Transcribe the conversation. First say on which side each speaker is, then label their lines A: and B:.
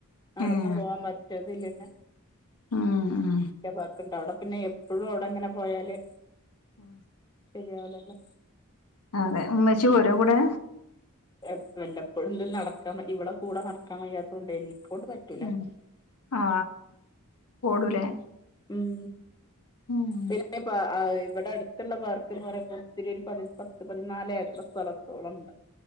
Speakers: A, on the left; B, on the left.
A: നടന്നു
B: ഏഹ്
A: പോകാൻ പറ്റത്തില്ലെന്ന് <unintelligible>
B: ഉം ഉം
A: എല്ലാർക്കും പാടാ പിന്നെ എപ്പഴും അവിടെ അങ്ങനെ പോയാല്
B: ആ
A: ശരിയാവുലല്ലോ.
B: അതെ ഉമ്മച്ചി പോരോ കൂടെ.
A: എപ് വല്ലപ്പോഴും ദ് നടക്കാ ഇവള കൂടെ നടക്കാവയ്യാത്തോണ്ടെ എനിക്കോണ്ട് പറ്റ
B: ഉം ആ ഓടൂലേ
A: ഉം
B: ഉം
A: പിന്നെ ഇ അ അ ഇവിടെ അടുത്തുള്ള പാർക്ക് എന്ന് പറയുമ്പോൾ ഒത്തിരി ഒരു പത്ത് പതിനാല് ഏക്കർ സ്ഥലത്തോളം ഉണ്ട്